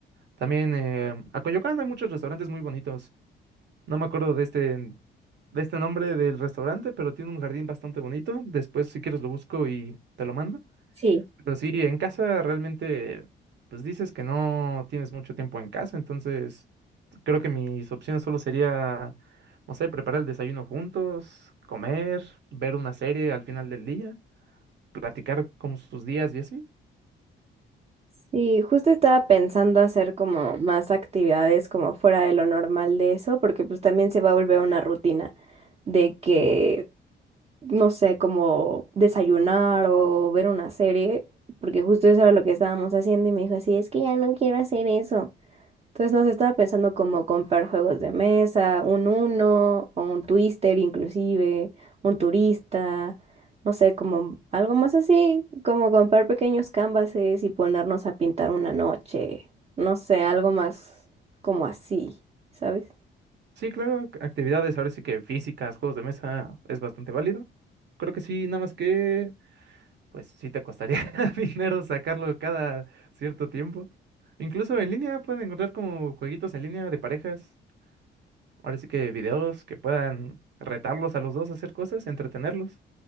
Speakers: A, on the right (about 60°); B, on the right (about 30°).
A: También eh, a Coyoacán hay muchos restaurantes muy bonitos. No me acuerdo de este, de este nombre del restaurante, pero tiene un jardín bastante bonito. Después, si quieres, lo busco y te lo mando.
B: Sí.
A: Pero sí, en casa realmente, pues dices que no tienes mucho tiempo en casa, entonces creo que mis opciones solo sería, no sé, preparar el desayuno juntos, comer, ver una serie al final del día, platicar como sus días y así.
B: Sí, justo estaba pensando hacer como más actividades como fuera de lo normal de eso, porque pues también se va a volver una rutina de que no sé, como desayunar o ver una serie, porque justo eso era lo que estábamos haciendo y me dijo así, es que ya no quiero hacer eso. Entonces nos estaba pensando como comprar juegos de mesa, un Uno o un Twister inclusive, un turista, no sé, como algo más así, como comprar pequeños canvases y ponernos a pintar una noche, no sé, algo más como así, ¿sabes?
A: Sí, claro, ac- actividades ahora sí que físicas, juegos de mesa es bastante válido. Creo que sí, nada más que Pues sí te costaría <laughs> dinero sacarlo cada cierto tiempo. Incluso en línea pueden encontrar como jueguitos en línea de parejas. Ahora sí que videos que puedan retarlos a los dos a hacer cosas, entretenerlos.